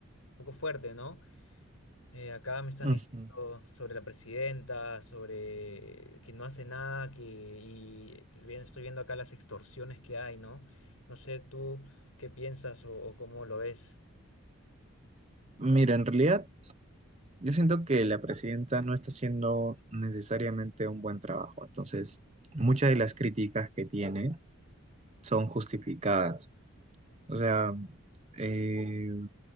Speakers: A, on the left; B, on the right.
A: poco fuerte, ¿no? Eh, acá me están
B: Ujú.
A: diciendo sobre la presidenta, sobre que no hace nada, que y bien, estoy viendo acá las extorsiones que hay, ¿no? No sé tú qué piensas o, o cómo lo ves.
B: Mira, en realidad yo siento que la presidenta no está haciendo necesariamente un buen trabajo, entonces muchas de las críticas que tiene son justificadas. O sea, eh,